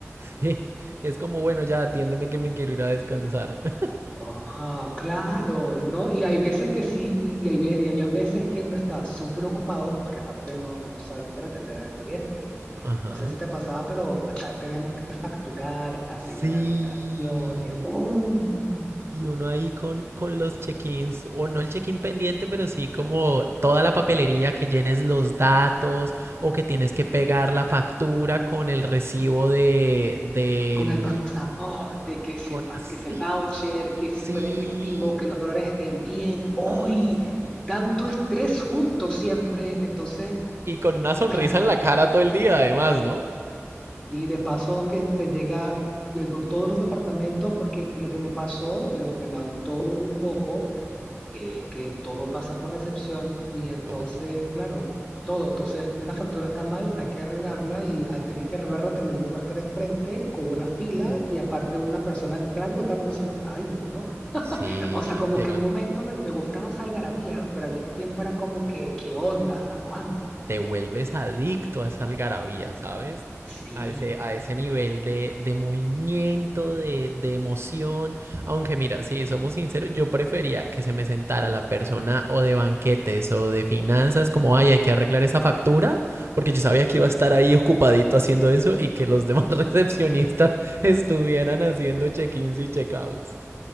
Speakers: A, on the right; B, on the left.
A: Sí. <laughs> Es como, bueno, ya atiéndeme que me quiero ir a descansar. <laughs>
B: Ajá, claro, ¿no? Y hay veces que sí, y, y hay ve- y habían veces que uno estaba súper ocupado, porque aparte no, no solamente era atender al cliente.
A: Ajá.
B: No sé si te pasaba, pero acá teníamos que facturar, asignar
A: Sí.
B: habitaciones, uy,
A: Y uno ahí con, con los check-ins, o no el check-in pendiente, pero sí como toda la papelería que llenes los datos o que tienes que pegar la factura con el recibo de, del,
B: con el pasaporte, que si
A: con,
B: el, pas- que si
A: sí,
B: el voucher, que si
A: sí,
B: fue en efectivo, que los dólares estén bien, uy,
A: ay, sí.
B: tanto estrés juntos siempre. Entonces,
A: Y con una sonrisa
B: claro.
A: en la cara todo el día, además, ¿no?
B: Y de paso que te llega de to- todos los departamentos, porque lo que me pasó, lo que me agotó un poco, es que todo pasa por recepción y entonces,
A: Todo.
B: claro, todo. Entonces, una factura está mal, hay que arreglarla y ah, tienes que arreglarla teniendo un huésped enfrente con una fila
A: Sí,
B: y aparte una persona entrando, otra persona. Ay, Dios, no. <laughs>
A: sí,
B: O sea, como
A: llega.
B: que un momento me, me gustaba esa algarabía, pero al mismo tiempo era como que, ¿qué onda? ¿Hasta cuándo?
A: te vuelves adicto a esa algarabía, ¿sabes?
B: Sí,
A: A ese, a ese nivel de, de movimiento, de, de emoción. Aunque mira, si somos sinceros, yo prefería que se me sentara la persona o de banquetes o de finanzas, como, ay, hay que arreglar esa factura, porque yo sabía que iba a estar ahí ocupadito haciendo eso y que los demás <laughs> recepcionistas estuvieran haciendo check-ins y check-outs.